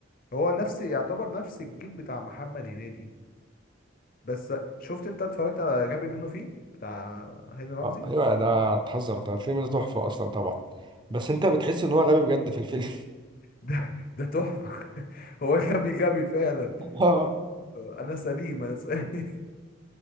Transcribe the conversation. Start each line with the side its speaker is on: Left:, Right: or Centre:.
Left: هو نفس يعتبر نفس الجيل بتاع محمد هنيدي بس شفت انت اتفرجت على غبي منه فيه بتاع هاني رمزي
Right: آه، ايوه ده اتحذر ده الفيلم ده تحفه اصلا طبعا بس انت بتحس ان هو غبي بجد في الفيلم
Left: <laughs> ده ده تحفة <laughs> هو غبي غبي فعلا
Right: <laughs> اه
Left: انا سليم انا سليم <laughs>